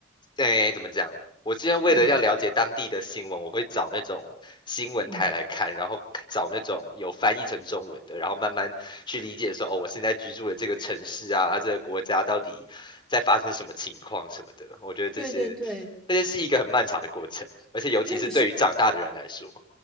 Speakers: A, on the left (about 25°); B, in the centre.
A: 哎，怎么讲？我现在为了要了解当地的新闻，
B: 嗯
A: 我会找那种新闻台来看，
B: 嗯，
A: 然后看找那种有翻译成中文的，然后慢慢去理解说，哦，我现在居住的这个城市啊，啊这个国家到底在发生什么情况什么的。我觉得这些，
B: 对对对。
A: 这些是一个很漫长的过程，而且尤其是对于长大的人来说。
B: 那你现